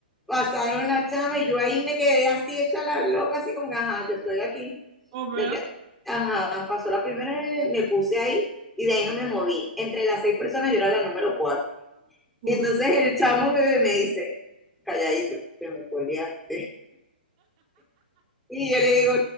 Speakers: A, in the centre; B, on the right.
A: pasaron la chava y yo ahí me quedé así hecha la loca, así como, ajá, yo estoy aquí.
B: Oh, vea.
A: Me qued- Ajá, pasó la primera, me puse ahí y de ahí no me moví. Entre las seis personas yo era la número cuatro.
B: Uf,
A: Y entonces el chamo me me dice, calladito, te me coleaste. Y yo le digo,